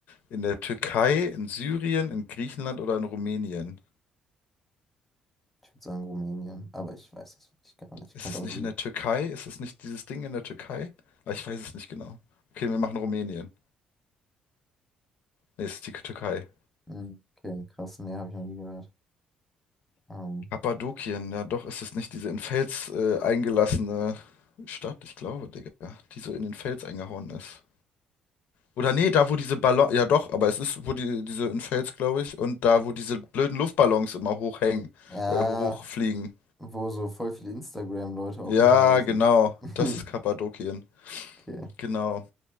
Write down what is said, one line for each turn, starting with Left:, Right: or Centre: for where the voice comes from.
Left: In der Türkei, in Syrien, in Griechenland oder in Rumänien?
Centre: Ich würde sagen Rumänien, aber ich weiß es wirklich gar nicht.
Left: Ist
Centre: Könnte
Left: es
Centre: auch Syrien.
Left: nicht in der Türkei? Ist es nicht dieses Ding in der Türkei? Ah, ich weiß es nicht genau. Okay, wir machen Rumänien. Nee, es ist die Türkei.
Centre: Okay, krass, nee, habe ich noch nie gehört. Ähm,
Left: Kappadokien, ja doch, ist es nicht diese in Fels äh, eingelassene Stadt? Ich glaube, Digga, die so in den Fels eingehauen ist. Oder nee, da wo diese Ballon, ja doch, aber es ist, wo die, diese in Fels, glaube ich, und da wo diese blöden Luftballons immer hochhängen,
Centre: ja,
Left: äh, hochfliegen.
Centre: wo so voll viele Instagram-Leute auch
Left: Ja,
Centre: hinreisen.
Left: genau,
Centre: <laughs>
Left: das ist Kappadokien.
Centre: Okay.
Left: Genau.